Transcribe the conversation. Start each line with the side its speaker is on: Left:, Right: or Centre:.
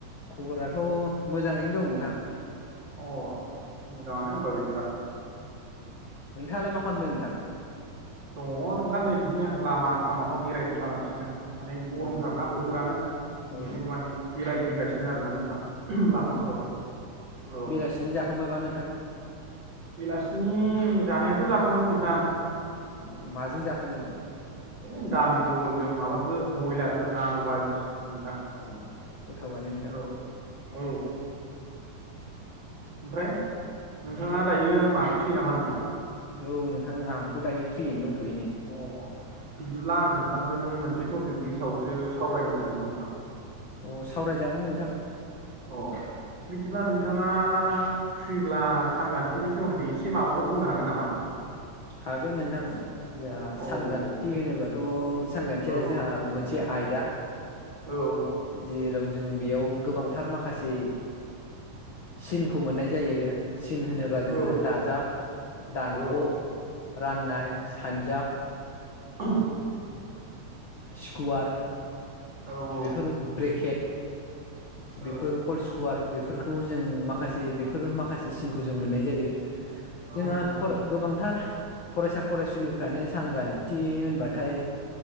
Left: खबराथ' मोजाङैनो दं नोंथां।
Right: अ मोजाङानो होनबा बिदिबा।
Left: नोंथाङालाय मा खालामदों नोंथां?
Right: दङ नोंथां नै बिदिनो लामा सामाफ्राव बेरायलागासिनो माने गरमथारना
Left: औ
Right: बोथोरानो बिनिखायनो
Left: औ
Right: माने बे रायदिंगासिनो आरोना नोंथां लामाफोरावहाय
Left: औ
Right: औ
Left: बेलासिनि जाखांबायबा नोंथां?
Right: बेलासिनि जानायाथ' जाखांबायमोन नोंथां।
Left: अ माजों जाखोन नोंथां?
Right: इ दालि जहल जों माबासो बयलार जों आलु बाजिसो नोंथां।
Left: औ गोथावानो नोंथां।
Right: औ औ ओमफ्राय नोंथाङा दायो मा फ्रि नामा नोंथां?
Left: औ नोंथां आंथ' दायो फ्रियैनो दंथ'य नै।
Right: अ बिदिब्ला आं नोंथांजों मोनसे टपिकनि सायावसो सावरायनो सानदोंमोन नोंथां।
Left: अ सावरायजागोन नोंथां।
Right: औ बिदिब्ला नोंथाङा फ्रिब्ला सानखान्थिनि सोमोन्दै एसे माबाफोर बुंनो हागोन नामा?
Left: हागोन नोंथां जोंहा
Right: औ
Left: सानखान्थि
Right: दे
Left: होनोबाथ' सानखान्थिया
Right: औ
Left: जोंहा मोनसे आयदा।
Right: औ।
Left: जेराव जों बेयाव गोबांथार माखासे सिनखौ मोननाय जायो सिन होनोबा
Right: औ
Left: जोंहा दाजाब दानख'
Right: औ
Left: राननाय सानजाब।
Right: औ।
Left: स्कुवार
Right: औ
Left: बेफोर ब्रेकेट बेफोर
Right: औ
Left: हल स्कुवार बेफोरखौ जों माखासे बेफोर माखासे सिनखौ जों मोननाय जायो
Right: औ
Left: जोंहा
Right: नंगौ नंगौ नोंथां
Left: गोबांथार फरायसा फरायसुलिफ्रानो सानग्रानथि होनबाथाय